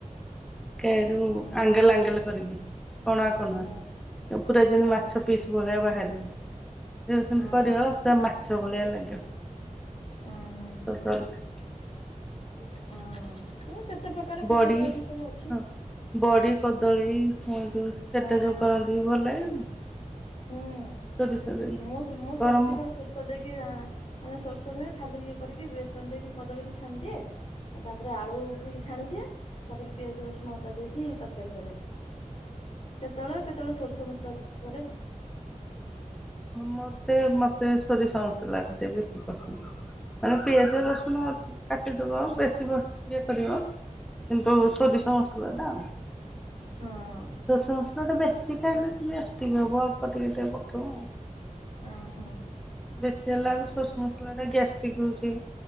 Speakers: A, in the centre; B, on the left (about 50°).
A: ଟିକେଯୋଉ
B: ହୁଁ
A: ଆଙ୍ଗେଲ ଆଙ୍ଗେଲ କରିକି କଣୁଆ କଣୁଆ।
B: ହୁଁ
A: ପୁରା ଯେମିତି
B: ହଁ
A: ମାଛ ପିସ୍ ଭଳିଆ ବାହାରିବ। ଯୋଉ ସେମିତି
B: ହଁ
A: କରିବ ପୁର ମାଛ ଭଳିଆ ଲାଗିବ।
B: ହଁ ହଁ।
A: <unintelligible>
B: ହଁ କେତେ ପ୍ରକାର କେତେ
A: ବଡି
B: ଷ୍ଟାଇଲ ସବୁ ଅଛି।
A: ହଁ ବଡି, କଦଳୀ, ହୁଏ ଯୋଉ ସେଟା
B: ହଁ
A: ଯୋଉ କରନ୍ତିୁ ଭଲ ଲାଗେନି।
B: ହୁଁ
A: ସୋରିଷ ଦେଇକି
B: ମୁଁ ମୁଁ ସେମିତି
A: ଗରମ
B: ଖାଲି ସୋରିଷ ଦେଇକି ମାନେ ସୋରିଷ ନୁହେଁ ଖାଲି ଇଏ କରିକି ବେସନ ଦେଇକି କଦଳୀ କିି ଛାଣିଦିଏ। ତାପରେ ଆଳୁ ବି ଛାଣିଦିଏ। ତାପରେ ପିଆଜ ରସୁଣ ଅଦା ଦେଇକି ତରକାରୀ କରେ।
A: ହଁ
B: କେତେବେଳେ କେତେବେଳେ, ସୋରିଷ, ମସଲା କରେ।
A: ମୋତେ ମତେ ସୋରିଷ, ମସଲା ଦିଆ ବେଶୀ ପସନ୍ଦ। ମାନେ ପିଆଜ
B: ହୁଁ ହୁଁ
A: ରସୁଣ କାଟିଦବ ବେଶୀ ଇଏ କରିବ। କିନ୍ତୁ,
B: ଆଜ୍ଞା
A: ସୋରିଷ ମସଲା ଟା ଆଉ।
B: ହଁ।
A: ସୋରିଷ ମସଲା ଟା ବେଶୀ ଖାଇଲେ ଗ୍ୟାସଟିକ୍ ହବ। ଅଳ୍ପ ଟିକେ ଟିକେ ପକେଇବ।
B: ଅ ହଁ।
A: ବେଶୀ ହେଲା ବେଳକୁ, ସୋରିଷ ମସଲା ଟା, ଗ୍ୟାଷ୍ଟ୍ରିକ୍ ହୋଉଛି।